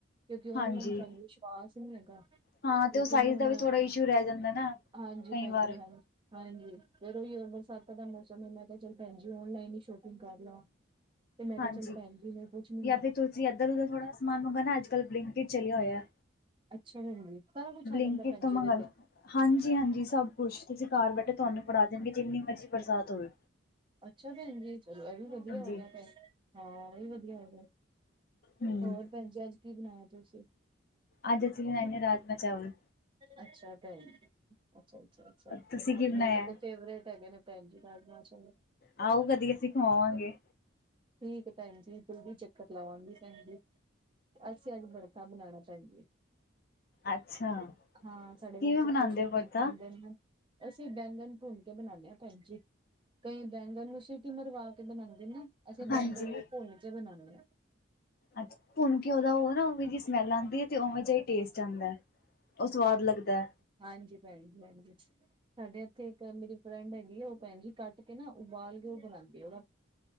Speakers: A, on the right (about 25°); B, on the left (about 45°).
A: ਕਿਉਂਕਿ, ਔਨਲਾਈਨ
B: ਹਾਂਜੀ
A: ਸਾਨੂੰ ਵਿਸ਼ਵਾਸ ਨਹੀਂ ਹੈਗਾ।
B: ਹਾਂ ਤੇ
A: ਲੇਕਿਨ
B: ਉਹ ਸਾਈਜ਼
A: ਹੁਣ,
B: ਦਾ ਵੀ ਥੋੜਾ ਇਸ਼ੂ ਰਹਿ ਜਾਂਦਾ ਨਾ
A: ਹਾਂਜੀ
B: ਕਈ
A: ਭੈਣਜੀ,
B: ਵਾਰ
A: ਹਾਂਜੀ। ਹਾਂਜੀ ਫਿਰ, ਬਰਸਾਤਾਂ ਦਾ ਮੌਸਮ ਏ ਮੈਂ ਕਿਹਾ ਚੱਲ ਭੈਣ ਜੀ ਓਨਲਾਈਨ, ਹੀ ਸ਼ੋਪਿੰਗ ਕਰ ਲਵਾਂ। ਤੇ ਮੈਂ
B: ਹਾਂਜੀ,
A: ਕਿਹਾ ਚੱਲ ਭੈਣ ਜੀ ਨੂੰ ਪੁੱਛਣੀ
B: ਜਾਂ
A: ਆ।
B: ਫਿਰ ਤੁਸੀਂ ਇਧਰ -ਉਧਰ ਥੋੜਾ ਸਮਾਨ ਮੰਗਾਨਾ, ਅੱਜ ਕੱਲ ਬਿੰਕਟ ਚਲਿਆ ਹੋਇਆ।
A: ਅੱਛਾ, ਜੀ ਸਾਰਾ ਕੁੱਛ
B: ਬਲਿੰਕਟ
A: ਆ ਜਾਂਦਾ ਭੈਣ
B: ਤੋਂ
A: ਜੀ
B: ਮੰਗਾ
A: ਏਦੇ
B: ਲੋ
A: ਤੇ
B: ਹਾਂਜੀ -ਹਾਂਜੀ ਸਭ ਕੁਛ ਤੁਸੀਂ ਘਰ ਬੈਠੇ ਤੁਹਾਨੂਫ ੜ੍ਹਾ ਦੇਣਗੇ ਜਿੰਨੀ ਮਰਜ਼ੀ ਬਰਸਾਤ ਹੋਵੇ
A: ਅੱਛਾ ਭੈਣ ਜੀ, ਚਲੋ ਇਹ ਵੀ
B: ਹਾਂਜੀ
A: ਭੈਣ ਹਾਂ ਇਹ ਵੀ ਵਧੀਆ ਹੋਗਿਆ।
B: ਹੂੰ,
A: ਹੋਰ, ਭੈਣ ਜੀ ਅੱਜ ਕੀ, ਬਣਾਇਆ ਤੁਸੀ?
B: ਅੱਜ, ਅਸੀਂ ਰਾਜਮਾ ਚਾਵਲ
A: ਅੱਛਾ- ਅੱਛਾ -ਅੱਛਾ, ਅੱਛਾ
B: ਤੁਸੀਂ ਕੀ ਬਣਾਇਆ?
A: ਮੇਰੇ ਤੇ ਫੇਵਰੇਟ ਹੈਗੇ ਨੇ ਭੈਣਜੀ <unintelligible> <inaudible>
B: ਆਓ ਕਦੀ, ਅਸੀਂ ਖਵਾਵਾਂਗੇ।
A: ਠੀਕ ਹੈ ਭੈਣ ਜੀ, ਜਲਦੀ ਚੱਕਰ ਲਾਵਾਂਗੀ, ਭੈਣ ਜ ਅਸੀਂ ਅੱਜ ਬੜ ਬਣਾਉਣਾ ਪੈਣ ਜ <unintelligible> <inaudible>
B: ਅੱਛਾ
A: ਹਾਂ ਸਾਡੇ ਬੱਚੇ,
B: ਕਿਵੇਂ ਬਣਾਉਂਦੇ
A: ਖੁਸ਼ ਹੋ
B: ਪੜਤਾ?
A: ਕੇ ਖਾਂਦੇ ਨੇ, ਅਸੀਂ ਬੈਂਗਨ ਭੁੰਨ ਕੇ ਬਣਾਉਦੇ ਹਾਂ ਭੈਣ ਜੀ। ਕਈ ਬੈਂਗਰ ਨੂੰ, ਸਿਟੀ ਮਰਵਾ ਕੇ ਬਣਾਉਂਦੇ ਨਾ, ਅਸੀਂ ਬੈਂਗਰ
B: ਹਾਂਜੀ।
A: ਨੂੰ ਭੁੱਨ ਕੇ ਬਣਾਉਦੇ ਹਾਂ।
B: ਅੱਛਾ ਭੁਣ ਕੇ, ਉਹਦਾ ਉਹ ਵੇ ਸਮੈਲ ਆਉਂਦੀ ਹੈ ਤੇ ਉਵੇਂ ਜਿ ਟੇਸਟ ਜਾਂਦਾ, ਉਹ ਸਵਾਦ ਲੱਗਦਾ।
A: ਹਾਂਜੀ, ਭੈਣ ਜ ਭੈਣ ਜ ਸਾਡੇ ਇੱਥੇ, ਇੱਕ ਮੇਰੀ ਫਰੈਂਡ ਹੈਗੀ ਆ, ਉਹ ਭੈਣ ਜੀ ਕੱਟ ਕੇ, ਨਾ ਉਬਾਲ ਕੇ, ਉਹ ਬਣਾਉਂਦੀ।